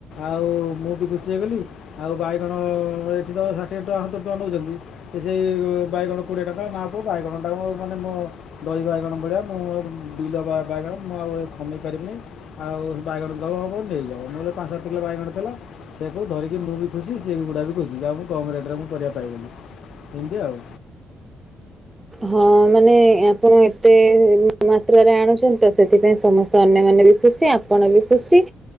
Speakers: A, on the left; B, on the right.
A: ଆଉ ମୁଁ ବି ଖୁସି ହେଇଗଲି ଆଉ ବାଇଗଣ ଏଇଠି ତ ଷାଠିଏ ଟଙ୍କା ସତୁରି ଟଙ୍କା ନଉଛନ୍ତି। ସେ ସେଇ ବାଇଗଣ କୋଡ଼ିଏ ଟଙ୍କା ନାକୁ ବାଇଗଣଟାକୁ ମାନେ ମୋ ଦହି ବାଇଗଣ ଭଳିଆ ମୁଁ ବିଲ ବାଇଗଣ ମୁଁ ଆଉ ଏ କମେଇ ପାରିବିନି ଆଉ ବାଇଗଣ ଦବ ହବ ଦେଇଦବ ନହେଲେ ପାଞ୍ଚ କିଲ ବାଇଗଣ ଥିଲା ସେଇଆକୁ ଧରିକି ମୁଁ ବି ଖୁସି ସିଏ ବୁଡା ବି ଖୁସି ଯାହାହଉ ମଁ କମ୍ ରେଟ୍ ରେ ମୁଁ ପରିବା ପାଇଗଲିି ଏମିତି ଆଉ।
B: ହଁ ମାନେ ଆପଣ ଏତେ ମାତ୍ରାରେ ଆଣୁଛନ୍ତି ତ ସେଥିପାଇଁ ସମସ୍ତେ ଅନ୍ୟମାନେ ବି ଖୁସି ଆପଣ ବି ଖୁସି।